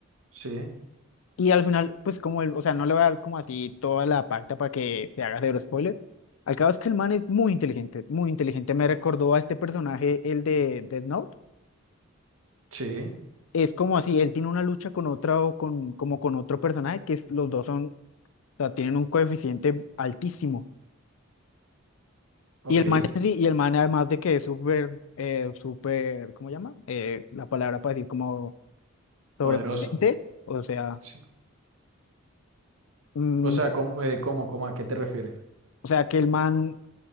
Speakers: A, on the right (about 80°); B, on the left (about 75°).
A: Sí,
B: Y al final, pues como él, o sea, no le voy a dar como así toda la pacta para que se haga cero spoiler. Al cabo es que el man es muy inteligente, muy inteligente. Me recordó a este personaje, el de Death Note.
A: sí,
B: Es como así, él tiene una lucha con otra o con, como con otro personaje, que es- los dos son sea, tienen un coeficiente altísimo.
A: ok,
B: Y el man, es así, y el man además de que es súper, eh, súper, ¿cómo se llama? Eh, la palabra para decir como sobrepotente,
A: poderoso.
B: o sea,
A: Sí.
B: mm,
A: O sea, ¿cómo, eh, cómo, cómo, a qué te refieres?
B: o sea, que el man,